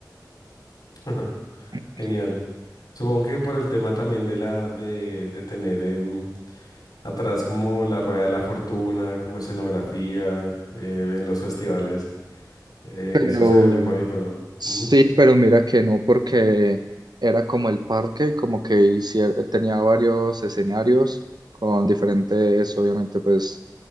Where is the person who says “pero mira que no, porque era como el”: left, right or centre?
Right